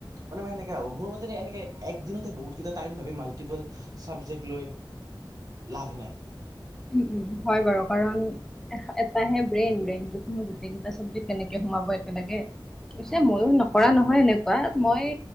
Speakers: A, on the right (about 45°); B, in the centre.
A: মানে মই সেনেকে ভাবোঁ, মোৰ মতে এনেকে একদিনতে বহুত কেইটা টাইম ভাবে মাল্টিপুল- চাবজেক্ট লৈ লাভ নাই।
B: উম উম, হয় বাৰু। কাৰণ এটাহে ব্ৰেইন, ব্ৰেইনটোত নো- গোটেইকেইটা চাবজেক্ট কেনেকে সোমাব একেলগে, পিছে
A: উম,
B: মইয়ো
A: উম।
B: ন- কৰা নহয় এনেকুৱা। মই